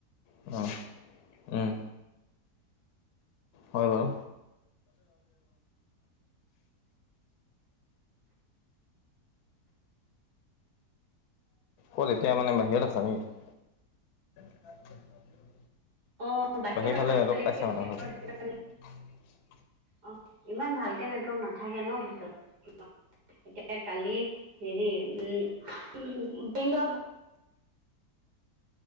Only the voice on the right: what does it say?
অ বাহিৰ
<unintelligible>
অ ইমান ভালকে নেটৱৰ্ক নাথাকে ন ভিতৰত। এতিয়া কালি হেৰি উম প্ৰিন্ট আউট